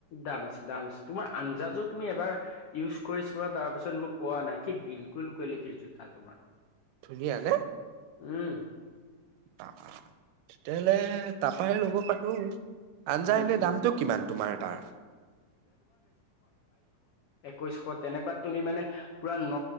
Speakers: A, on the left; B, on the right.
A: দাম আছে দাম আছে তোমাৰ আঞ্জাজো তুমি এবাৰ ইউজ কৰি চোৱা আৰু তাৰপিছত মোক কোৱা না কি বিলকুল কোৱালিটিৰ জোতা তোমাৰ
B: ধুনীয়া নে?
A: উম।
B: আহ তেতিয়াহ'লে তাৰপাই লব পাৰো। আঞ্জা
A: উম,
B: এনে দামটো কিমান তোমাৰ তাৰ?
A: কৈছো ক তেনেকুৱাত তুমি মানে পুৰা ন